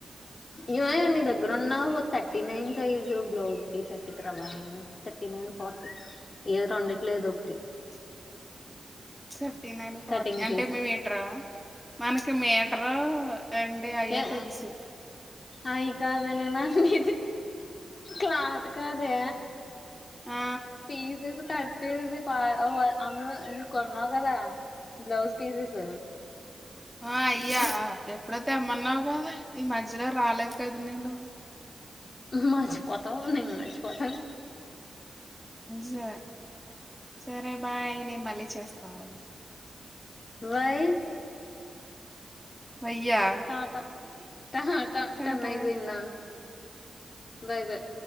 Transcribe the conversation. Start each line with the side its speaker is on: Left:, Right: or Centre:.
Left: ఇవే నీ దగ్గర ఉన్నా థర్టీ నైన్ సైజు బ్లౌజ్ పీస్పెట్టుకు రావా థర్టీ నైన్ ఫార్టీ ఏది రెండిటిలో ఏదో ఒకటి
Centre: <inaudible> థర్టీ నైన్ ఫార్టీ
Left: కటింగ్
Centre: అంటే
Left: పీస్
Centre: మీటర్ మనకి మీటర్ ఏంటి అయ్యో
Left: ఏ
Centre: తెలుసు
Left: అయి కాదే న నాది క్లాత్ కాదే
Centre: ఆ
Left: పీసెస్ కట్ చేససి పాఓ అమ్మ నువ్వు కొన్నావు కదా బ్లౌస్ పీసెస్
Centre: ఆ అయ్యా ఎప్పుడో తెమ్మన్నావు కదా ఈ మధ్యలో రాలేదు కదా నేను
Left: మాచిపోతాం న మచిపోతను
Centre: స సరే బాయ్ నేను మళ్ళీ చేస్తాను
Left: వై
Centre: వయ్యా
Left: టట ట ట
Centre: టాటా
Left: టన్న పోయిందా బాయ్ బాయ్